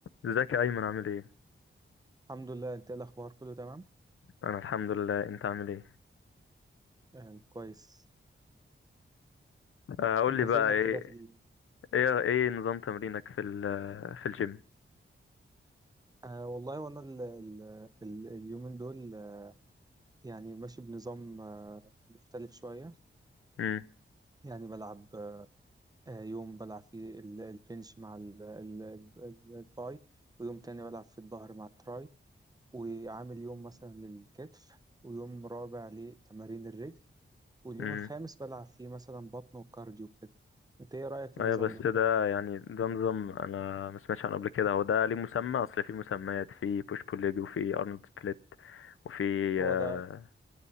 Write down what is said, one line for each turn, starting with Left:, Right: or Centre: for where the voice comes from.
Left: ازيك يا ايمن عامل ايه
Right: الحمد لله انت ايه الاخبار كله تمام
Left: انا الحمد لله انت عامل ايه
Right: آه كويس
Left: آه، قول
Right: انت
Left: لي بقى
Right: فينك
Left: ايه
Right: كده في ال...
Left: ايه ايه نظام تمرينك في ال في الجيم
Right: آه والله وانا ال... ال... ال... اليومين دول آه، يعني ماشي بنظام آه مختلف شويه
Left: امم
Right: يعني بلعب آه يوم بلعب فيه ال... البنش مع ال... ال... ال... ال- الباي ويوم تاني بلعب في الظهر مع التراي وعامل يوم مثلا للكتف ويوم رابع لتمارين الرجل واليوم
Left: امم
Right: الخامس بلعب فيه مثلا بطن وكارديو كده انت ايه رايك في النظام
Left: ايوه بس
Right: ده
Left: ده يعني ده نظام انا ما سمعتش عنه قبل كده هو ده ليه مسمى اصل في مسميات في بوش بول ليج وفي ارنولد سبليت وفي
Right: هو
Left: آه،
Right: ده